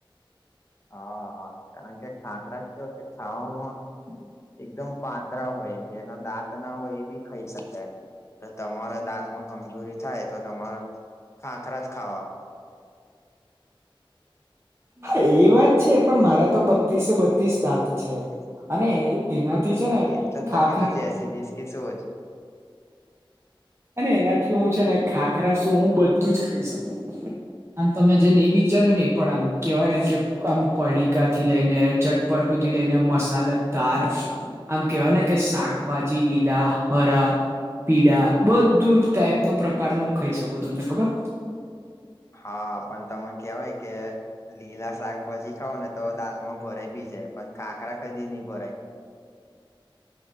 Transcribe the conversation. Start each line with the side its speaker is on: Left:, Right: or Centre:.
Left: હા હા કારણ કે ખાખરા કયો કે ખાવાનો
Right: હમ
Left: એકદમ પાતરા હોય જેનો દાંત ના હોય એ બી ખાઈ શકે તમારા દાંતમાં કમજોરી થાય તો તમારા ખાખરા જ ખાવા
Right: હા એ વાત છે પણ મારા તો બત્તિસે બત્તિસ દાંત છે.
Left: <unintelligible>
Right: અનેય એનાથી છે ને
Left: એટલેજ
Right: ખાખરા
Left: ત કીધું જેસી જીસકી સોચ
Right: અને એનાથી હું છે ને ખાખરા શું હું બધું જ ખાઈ શકું. અન તમે જે નઈ વિચાર્યું ને એ પણ આમ કેવાય ને કે આમ પડીકાથી લઈને ચટપટું થી લઈને મસાલેદાર આમ કેવાય ને કે શાકભાજી લીલા હરા પીડા બધું જ ટાઈપ નું પ્રકાર નું હું ખાઈ શકું તમને ખબર
Left: હા પન તમે કેવાય કે લીલા શાકભાજી ખાવને તો દાંતમાં ભરાય બીજ જાય પન ખાકરા કદી નઈ ભરાય